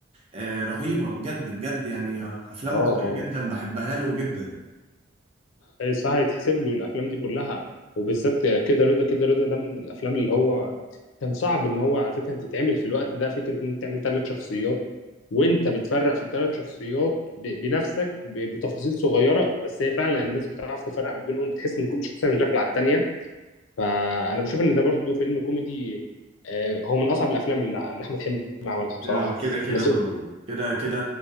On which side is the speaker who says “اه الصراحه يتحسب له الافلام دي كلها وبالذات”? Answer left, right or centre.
Left